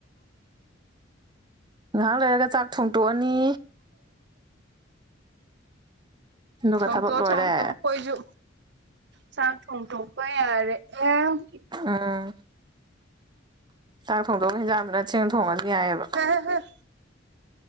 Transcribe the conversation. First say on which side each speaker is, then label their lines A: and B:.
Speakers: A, on the right; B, on the right.
A: ꯉꯥꯏꯍꯥꯛ ꯂꯩꯔꯒ ꯆꯥꯛ ꯊꯣꯡꯇꯣꯛꯑꯅꯤ ꯑꯗꯨꯒ
B: ꯊꯣꯛꯗꯣꯛꯑꯣ
A: ꯊꯕꯛ ꯂꯣꯏꯔꯦ
B: ꯊꯣꯡꯗꯣꯛꯑꯣ ꯈꯣꯏꯁꯨ ꯆꯥꯛ ꯊꯣꯡꯗꯣꯛꯄ ꯌꯥꯔꯛꯌꯦ
A: ꯎꯝ ꯆꯥꯛ ꯊꯣꯡꯗꯣꯡꯑꯒ ꯍꯟꯖꯥꯡ ꯗꯨꯅ ꯊꯣꯡꯅ ꯊꯣꯡꯉꯁꯨ ꯌꯥꯏꯑꯦꯕ
B: ꯍ